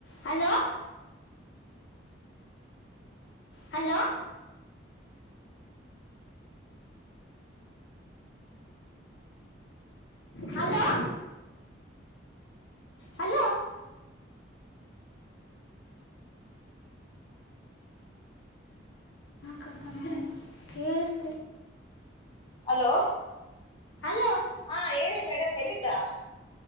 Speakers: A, on the left (about 70°); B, on the left (about 25°).
A: Hello hello hello hello ಕಕ ಕೇಳಿಸ <unintelligible>
B: hello
A: hello
B: ಹ ಹೇಳಿ ಮೇಡಮ್ ಎಲ್ಲಿ ದಾ